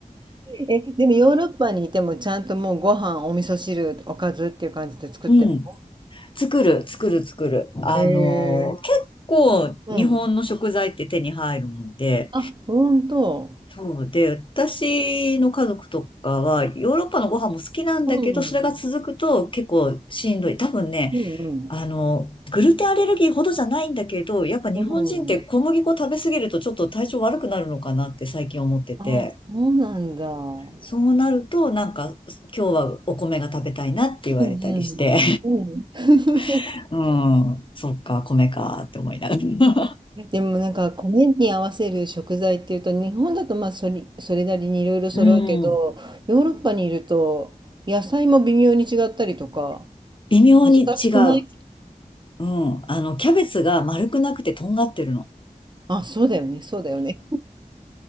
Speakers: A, on the right; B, on the left.
A: え、でもヨーロッパにいてもちゃんともうご飯、お味噌汁、おかずっていう感じで作ってるの
B: うん。作る、作る、作る。あのー、
A: へえ。
B: 結構、
A: うん。
B: 日本の食材って手に入るもんで、
A: あ、ほんと。
B: そうで、私の家族とかは、ヨーロッパのご飯も好きなんだけど、
A: うん。
B: それが続くと結構しんどい。多分ね、
A: うん
B: あの、グルテンアレルギーほどじゃないんだけど、やっぱ日本人って小麦粉食べ過ぎるとちょっと体調悪くなるのかなって最近思ってて、
A: うん。うん。あ、そうなんだ。うん
B: そうなると、なんか、今日はお米が食べたいなって言われたりして、
A: うん。うん。<laughs>
B: <laughs> うん、そっか、米かって思いながら。
A: でもなんか米に合わせる食材っていうと日本だとまあそれ、それなりにいろいろ揃うけどヨーロッパにいると野菜も微妙に違ったりとか
B: うん、微妙に違う。
A: 難しくない
B: うん、あの、キャベツが丸くなくてとんがってるの。
A: あ、そうだよね、そうだよね。